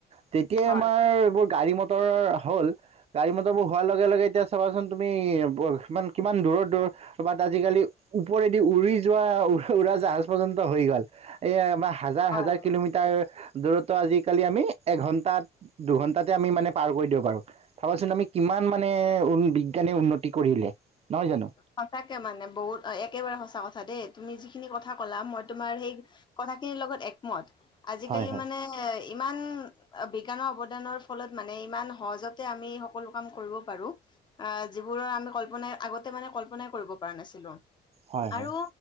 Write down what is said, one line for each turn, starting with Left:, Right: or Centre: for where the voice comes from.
Right: তেতিয়াই
Left: হয়।
Right: আমাৰ এইবোৰ গাড়ী মট মটৰ হ'ল। গাড়ী মটৰ বোৰ হোৱাৰ লগে লগে এতিয়া চাবাচোন তুমি কিমান কিমান দূৰৰ দূৰৰ কবাত আজিকালি ওপৰেদি উৰি যোৱা উৰা জাহাজ পৰ্যন্ত হৈ গ'ল। এই আমাৰ হাজাৰ
Left: হয়
Right: হাজাৰ কিলোমিটাৰ দূৰত্ব আজি কালি আমি এঘন্টা, দুঘন্টাতে আমি মানে পাৰ কৰি দিব পাৰোঁ। ভাবাচোন আমি কিমান কিমান মানে উ বিজ্ঞানে উন্নতি কৰিলে। নহয় জানো
Left: সঁচাকে মানে বহুত একেবাৰে সঁচা কথা দেই। তুমি যিখিনি কথা ক'লা মই তোমাৰ সেই কথাখিনিৰ লগত একমত। আজিকালি
Right: হয় হয়
Left: মানে ইমান বিজ্ঞানৰ অৱদানৰ ফলত মানে ইমান সহজতে আমি সকলো কাম কৰিব পাৰোঁ। আ যিবোৰৰ আমি কল্পনাই আগতে মানে কল্পনাই কৰিব পৰা নাছিলোঁ।
Right: হয়
Left: আৰু
Right: হয়